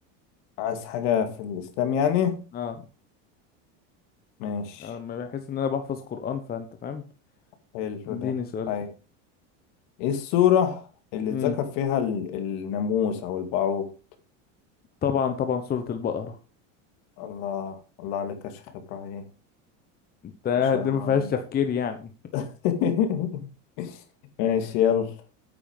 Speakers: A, on the left (about 60°); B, on the left (about 25°).
A: عايز حاجة في الإسلام يعني
B: اه
A: ماشي
B: انا بحس ان انا بحفظ قرآن فانت فاهم
A: حلو
B: اديني
A: ده
B: سؤال
A: أي إيه السورة اللي
B: كده
A: اتذكر فيها ال- الناموس أو البعوض
B: طبعا طبعا سورة البقرة
A: الله الله عليك يا شيخ إبراهيم
B: ده
A: ما شاء
B: دي
A: الله
B: ما فيهاش
A: عليك
B: تفكير يعني
A: <laughs> ماشي يلا